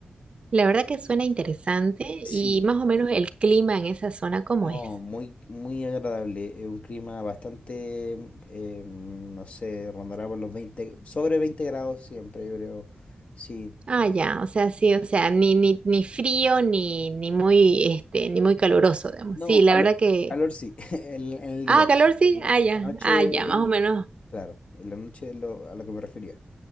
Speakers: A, on the right (about 45°); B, on the left (about 50°).
A: La verdad que suena interesante y
B: Sí,
A: más o menos el clima en esa zona, ¿cómo
B: no,
A: es?
B: muy, muy agradable. Es un clima bastante, em, no sé, rondará por los 20 sobre 20 grados siempre, yo creo. Sí.
A: Ah,
B: eh,
A: ya, o sea, sí, o sea, ni, ni, ni frío ni, ni muy, este, ni muy caluroso, digamos.
B: No,
A: Sí, la
B: calor,
A: verdad que.
B: calor sí, <laughs> en, en el
A: Ah,
B: día.
A: calor sí,
B: En la,
A: ah,
B: en
A: ya,
B: la noche,
A: ah, ya, más o menos.
B: claro, en la noche lo- a lo que me refería.